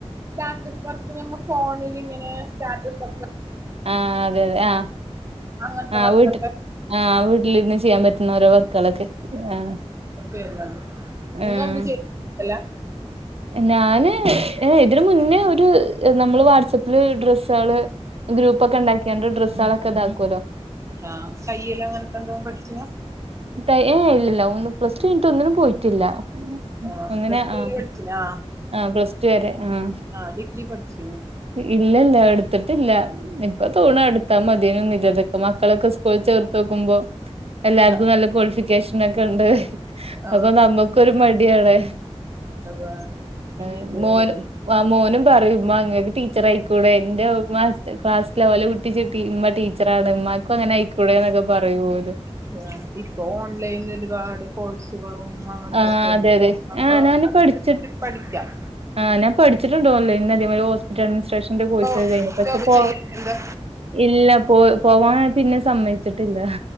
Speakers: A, on the right (about 25°); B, on the right (about 60°).
A: സ്റ്റാറ്റസ് വർക്ക് നമ്മ ഫോണില് ഇങ്ങനെ സ്റ്റാറ്റസ് വർക്ക്
B: ആഹ അതെ അതെ ആഹ്
A: അങ്ങനത്തെ
B: ആഹ്
A: വർക്കൊക്കെ
B: വീട്ട് ആഹ് വീട്ടിലിരുന്ന് ചെയ്യാ പറ്റുന്ന ഓരോ വർക്കുകളൊക്കെ ആഹ്
A: പിന്നെ നിങ്ങള്
B: ആഹ്
A: എന്ത് ചെയ്യ അല്ല
B: ഞാന് ഏ ഇതിന് മുന്നേ ഒരു നമ്മള് വാട്സപ്പില് ഡ്രസ്സാള് ഗ്രൂപ്പ്ക്കെണ്ടാക്കിയാണ്ട് ഡ്രസ്സാളൊക്കെ ഇതാക്കൊല്ലോ
A: ആഹ തയ്യില്ലാ വർക് എന്ത പഠിച്ചിന
B: ത്തെ ഏഹ് ഇല്ല ല്ല ഒന്നും പ്ലസ് ടു കഴിഞ്ഞിട്ട് ഒന്നിനും പോയിട്ടില്ല
A: ആ
B: ഒന്നിനെ
A: പ്ലസ് ടു
B: ആഹ്
A: വരെ പഠിച്ചിനാ
B: അഹ പ്ലസ് ടു വരെ ആഹ്
A: ആഹാ ഡിഗ്രി പടിച്ചീന്
B: ഇല്ല ഇല്ല എടുത്തിട്ടില്ല ഇപ്പൊ തോണ എടുത്താ മതിനുന്ന് മക്കളൊക്കെ സ്കൂൾ ചേർത്ത് നോക്കുമ്പോ എല്ലാർക്കും
A: ആ
B: നല്ല ക്വാളിഫിക്കേഷനെക്കെ ഒണ്ട്.
A: ആ
B: അപ്പൊ നമ്മുക്കൊരു മടിയാണേ
A: അതാ
B: ആഹ്
A: ഇത്
B: മോന് - വ്വ മോനും പറയും ഉമ്മ ങ്ങക്ക് ടീച്ചറായിക്കൂടെ എന്റെ മാസ്ത ക്ലാസ്സിലെ ഓലെ കു ടിജു പി ഉമ്മ ടീച്ചറാണ് ഉമ്മാക്കും അങ്ങനെ അയിക്കൂടെ എന്നൊക്കെ പറയും ഓലും
A: <inaudible> ഇപ്പൊ ഓൺലൈനില് ഒരുപാട് കോഴ്സുകളും അങ്ങനത്തൊക്കെ
B: ആഹ്
A: ഉണ്ടല്ലോ
B: അതെ അതെ
A: അപ്പൊ
B: ആഹ് ഞാന് പഠിച്ചിട്ട്
A: <unintelligible> പഠിക്കാം.
B: ആഹ് ഞാൻ പഠിച്ചിട്ടുണ്ട് ഓൺലൈൻ അതെമാര് ഹോസ്പിറ്റൽ അഡ്മിനിസ്ട്രേഷന്റെ
A: ഇപ്പൊ
B: കോഴ്സ് കഴിഞ്ഞു പക്ഷെ
A: ജോബ്
B: പ്പോ-
A: ചെയ്യാൻ എന്താ
B: ഇല്ല പോ പോവാൻ പിന്നെ സമ്മയിച്ചിട്ടില്ല